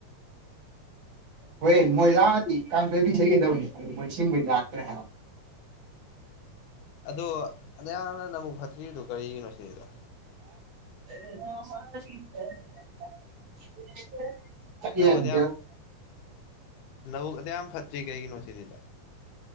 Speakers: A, on the right; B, on the left.
A: ꯍꯣꯏ ꯃꯣꯏ ꯂꯥꯛꯑꯗꯤ ꯀꯥꯡꯁꯣꯏꯕꯤ ꯆꯒꯗꯧꯅꯤ ꯃꯣꯏ ꯁꯤꯁꯤꯡꯕꯩ ꯂꯥꯛꯇ꯭ꯔꯦ ꯍꯥꯏꯕ
B: ꯑꯗꯣ ꯑꯍꯅ ꯅꯕꯨꯛ ꯐꯠꯇ꯭ꯔꯤꯗꯣ ꯀꯔꯤꯒꯤꯅꯣ ꯁꯤꯗ
A: <unintelligible> ꯆꯠꯂꯦ
B: ꯅꯧꯗ ꯌꯥꯝ ꯅꯧꯗ ꯌꯥꯝ ꯐꯠꯇꯔꯤ ꯀꯩꯒꯤꯅꯣꯁꯤꯅꯤꯗ